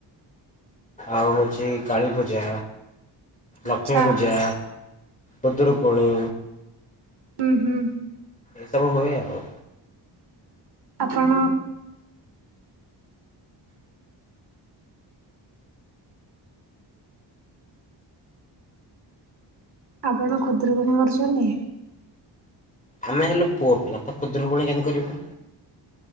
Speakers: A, on the left (about 15°); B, on the right (about 60°).
A: ଆଉ ଅଛି କାଳୀ ପୂଜା।
B: ଆଚ୍ଛା।
A: ଲକ୍ଷ୍ମୀ ପୂଜା ଖୁଦୁରୁକୁଣୀ
B: ହୁଁ ହୁଁ।
A: ଏସବୁ ହୁଏ ଆଉ।
B: ଆପଣ ଆପଣ ଖୁଦୁରୁକୁଣୀ କରୁଛନ୍ତି।
A: ଆମେ ହେଲୁ ପୁଅ ପିଲା ତ ଖୁଦୁରୁକୁଣୀ କେମିତି କରିବୁ?